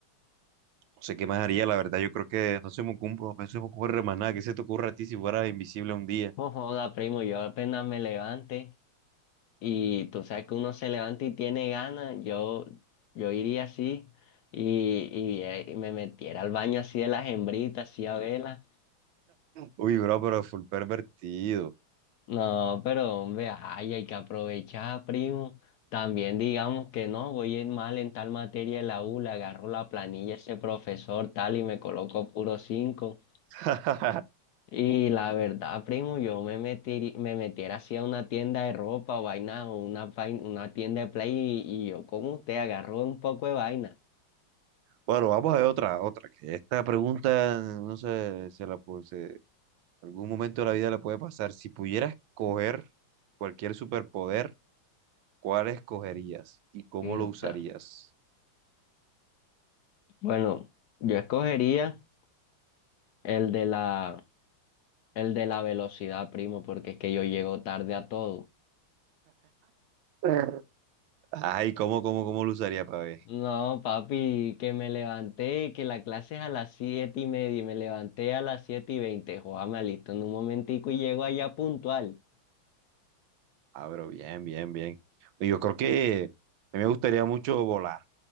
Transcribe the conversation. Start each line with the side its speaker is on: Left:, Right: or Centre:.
Right: sé qué más haría, la verdad, yo creo que no se me ocurre, no se me ocurre más nada. ¿Qué se te ocurre a ti si fueras invisible un día?
Left: Oh, joda, primo, yo apenas me levante y tú sabes que uno se levanta y tiene ganas, yo, yo iría así y, y, eh, me metiera al baño así de las hembritas, así a vela.
Right: Uy, bro, pero full pervertido.
Left: No, pero hombre, ay, hay que aprovechar, primo. También digamos que no, voy a ir mal en tal materia en la U, le agarro la planilla a ese profesor tal y me coloco puro cinco.
Right: <laughs>
Left: Y la verdad, primo, yo me metí, me metiera así a una tienda de ropa o vaina o una, vain- una tienda de play y, y yo como usted agarro un poco de vaina.
Right: Bueno, vamos a ver otra, otra, que esta pregunta, no sé, se la pu- se- en algún momento de la vida la puede pasar. Si pudieras coger cualquier superpoder, ¿cuál escogerías y cómo
Left: Irta.
Right: lo usarías?
Left: Bueno, yo escogería el de la, el de la velocidad, primo, porque es que yo llego tarde a todo.
Right: <laughs> Ay, ¿cómo, cómo, cómo lo usaría para ver?
Left: No, papi, que me levanté y que la clase es a las siete y media y me levanté a las siete y veinte. Joder, me alisto en un momentico y llego allá puntual.
Right: Ah, pero bien, bien, bien. Yo creo que a mí me gustaría mucho volar.